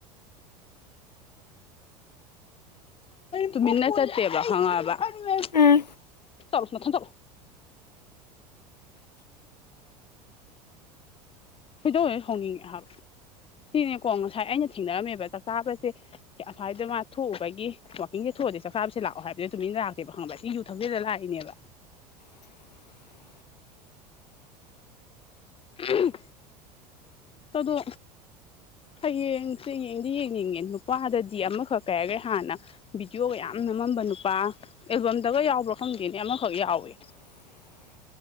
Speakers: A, on the left; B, on the left.
A: ꯇꯨꯃꯤꯟꯅ ꯆꯠꯇꯦꯕ ꯈꯪꯉꯕ ꯑꯁ
B: ꯎꯝ
A: ꯆꯠꯂꯣ ꯅꯊꯟ ꯆꯠꯂꯣ ꯈꯣꯏꯗꯧ ꯍꯦꯛ ꯁꯥꯎꯅꯤꯡꯉꯛꯑꯦ ꯍꯥꯏꯕ ꯁꯤꯅꯦꯀꯣ ꯉꯁꯥꯏ ꯑꯩꯅ ꯊꯦꯡꯅꯔꯝꯃꯦꯕ ꯆꯥꯛ ꯆꯥꯕꯖꯦ ꯑꯁꯏꯗ ꯃꯥ ꯊꯣꯛꯎꯕꯒꯤ ꯋꯥꯛꯀꯤꯡꯖꯦ ꯊꯣꯛ ꯊꯣꯛꯑꯗꯤ ꯆꯥꯛ ꯆꯥꯕꯖꯦ ꯂꯥꯛꯑꯣ ꯍꯥꯏꯕꯖꯦ ꯇꯨꯃꯤꯟꯅ ꯂꯥꯛꯇꯦꯕ ꯈꯪꯉꯕ꯭ꯔ ꯁꯤ ꯌꯨ ꯊꯛꯆꯤꯜꯂ ꯂꯥꯛꯏꯅꯦꯕ
B: <inaudible>
A: ꯎꯝ ꯑꯗꯣ ꯍꯌꯦꯡꯁꯦ ꯌꯦꯡꯗꯤ ꯌꯦꯡꯅꯤꯡꯉꯦ ꯅꯨꯄꯥꯗꯗꯤ ꯑꯃꯈꯛ ꯀꯩꯍꯥꯏꯒ꯭ꯔꯦ ꯍꯥꯟꯅ ꯚꯗꯤꯌꯣꯒ ꯌꯥꯝ ꯅꯝꯃꯝꯕ ꯅꯨꯄꯥ ꯑꯦꯜꯕꯝꯗꯒ ꯌꯥꯎꯕ꯭ꯔ ꯈꯪꯗꯦꯅꯦ ꯑꯃꯈꯛ ꯌꯥꯎꯋꯦ
B: <inaudible>